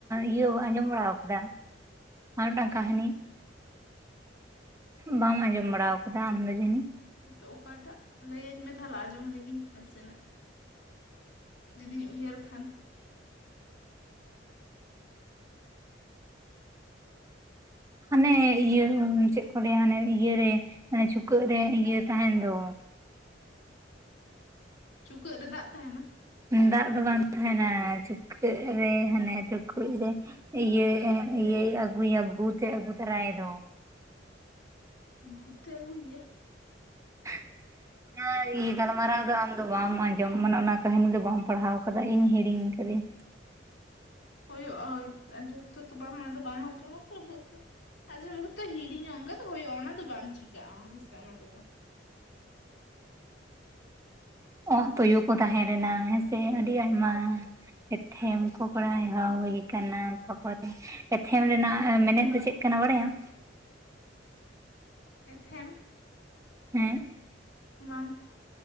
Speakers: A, on the right (about 15°); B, on the left (about 75°).
A: ᱤᱭᱟᱹ ᱟᱸᱡᱚᱢ ᱵᱟᱲᱟ ᱠᱟᱫᱟ ᱟᱨ ᱢᱤᱫᱴᱟᱝ
B: ᱪᱮᱫ
A: ᱠᱟᱹᱦᱱᱤ ᱵᱟᱢ ᱟᱸᱡᱚᱢ ᱵᱟᱲᱟ ᱟᱠᱟᱫᱟ ᱟᱢ ᱫᱚ ᱡᱟᱹᱱᱤᱡ
B: ᱦᱮᱸ ᱛᱳ ᱚᱠᱟᱴᱟᱜ ᱞᱟᱹᱭᱟᱹᱧ ᱢᱮ ᱛᱟᱦᱚᱞᱮ ᱟᱸᱡᱚᱢ ᱞᱮᱜᱤᱧ ᱱᱟᱥᱮᱱᱟᱜ ᱡᱩᱫᱤᱧ ᱩᱭᱦᱟᱹᱨ ᱠᱷᱟᱱ
A: ᱦᱟᱱᱮ ᱤᱭᱟᱹ ᱪᱮᱫ ᱠᱚ ᱞᱟᱹᱭᱟ ᱦᱟᱱᱮ ᱤᱭᱟᱹ ᱨᱮᱼᱼ ᱦᱟᱱᱮ ᱪᱩᱠᱟᱹᱜ ᱨᱮ ᱤᱭᱟᱹ ᱛᱟᱦᱮᱱ ᱫᱚ
B: ᱪᱩᱠᱟᱹᱜ ᱨᱮ ᱫᱟᱜ ᱛᱟᱸᱦᱮᱱᱟ
A: ᱫᱟᱜ ᱫᱚ ᱵᱟᱝ ᱛᱟᱹᱦᱮᱱᱟ ᱪᱩᱠᱟᱹᱜ ᱨᱮ ᱦᱟᱱᱮ ᱴᱩᱠᱩᱡ ᱨᱮᱼᱼ ᱤᱭᱟᱹ ᱤᱭᱟᱹᱭ ᱟᱹᱜᱩᱭᱟ ᱵᱷᱩᱛ ᱮ ᱟᱹᱜᱩ ᱛᱚᱨᱟᱭ ᱫᱚ
B: ᱵᱷᱩᱛ ᱮ ᱟᱹᱜᱩᱭ ᱮᱭᱟ?
A: <unintelligible> ᱚᱱᱟ ᱤᱭᱟᱹ ᱜᱟᱞᱢᱟᱨᱟᱣ ᱫᱚ ᱟᱢ ᱫᱚ ᱵᱟᱢ ᱟᱸᱡᱚᱢ, ᱢᱟᱱᱮ ᱚᱱᱟ ᱠᱟᱹᱦᱱᱤ ᱫᱚ ᱵᱟᱢ ᱯᱟᱲᱦᱟᱣ ᱠᱟᱫᱟ ᱤᱧ ᱦᱤᱲᱤᱧ ᱠᱟᱫᱟᱹᱧ
B: ᱦᱩᱭᱩᱜᱼᱟ ᱡᱚᱛᱚ ᱵᱟᱝ ᱟᱫᱚ ᱵᱟᱢ ᱟᱸᱡᱚᱢᱟᱛᱚ ᱦᱮᱸᱥᱮᱼᱼ ᱟᱡᱚᱢ ᱠᱟᱛᱮ ᱦᱤᱲᱤᱧᱚᱜ ᱚᱱᱠᱟ ᱫᱚ ᱦᱩᱭᱩᱜᱼᱟ ᱚᱱᱟ ᱫᱚ ᱵᱟᱝ ᱪᱤᱠᱟᱹᱜᱼᱟ ᱦᱮᱸᱥᱮ ᱚᱱᱟ ᱛᱮᱫᱚ᱾
A: ᱚᱸᱜ ᱛᱩᱭᱩ ᱠᱚ ᱛᱟᱦᱮᱸ ᱞᱮᱱᱟ ᱦᱮᱸᱥᱮ ᱟᱹᱰᱤ ᱟᱭᱢᱟ᱾ ᱮᱛᱷᱮᱢ ᱠᱚ ᱯᱟᱲᱦᱟᱣ ᱦᱩᱭ ᱠᱟᱱᱟ ᱛᱟᱨᱯᱚᱨ᱾ ᱮᱛᱷᱮᱢ ᱨᱮᱱᱟᱜ ᱮᱸ ᱢᱮᱱᱮᱛ ᱫᱚ ᱪᱮᱫ ᱠᱟᱱᱟ ᱵᱟᱲᱟᱭᱟᱢ?
B: ᱮᱛᱷᱮᱢ
A: ᱦᱮᱸ
B: ᱵᱟᱝ